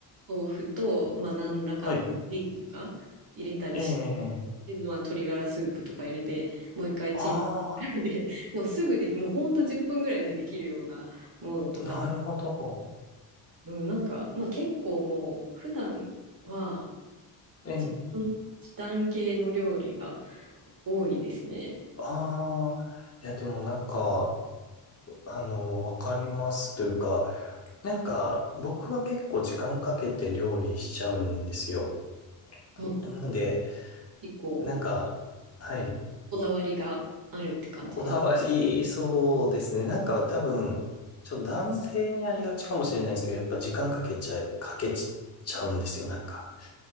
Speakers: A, on the right (about 45°); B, on the left (about 30°).
A: 豆腐と、まあ、何らかのネギとか入れたりし
B: はい。ええ。
A: て、まあ、鶏ガラスープとか入れて、もう一回チンぐらいで、
B: あ
A: <laughs> もうすぐでき、もうほんと10分ぐらいでできるようなものとか、
B: あ、なるほど。
A: うん、なんか、まあ、結構もう、普段は
B: ええ。
A: 時短、時短系の料理が多いですね。
B: ああ、いや、でもなんか、あの、わかりますというか、なんか、僕は結構時間かけて料理しちゃうんですよ。
A: あ、
B: なんで、
A: 結構、
B: なんか、はい、
A: こだわりがあるって感じで
B: こだわり、そうですね。なんか多分、ちょっと男性にありがちかもしれないですけど、やっぱ時間かけちゃ、かけちゃうんですよ、なんか。